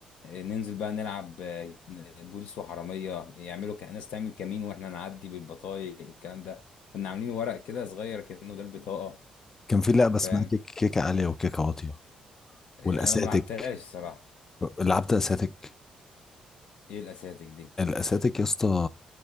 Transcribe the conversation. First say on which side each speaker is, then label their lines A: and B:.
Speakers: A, on the left; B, on the left.
A: آه، ننزل بقى نلعب آه، بوليس وحراميه يعملوا ك- ناس تعمل كمين واحنا نعدي بالبطايق والكلام ده كنا عاملين ورق كده صغير كأنه ده البطاقه
B: كان في لعبه
A: فاهم
B: اسمها كيك كيكه عاليه وكيكه واطيه
A: آه،
B: والاساتك
A: انا ما لعبتهاش صراحه
B: لعبت اساتك
A: ايه الاساتك دي
B: الاساتك يا اسطى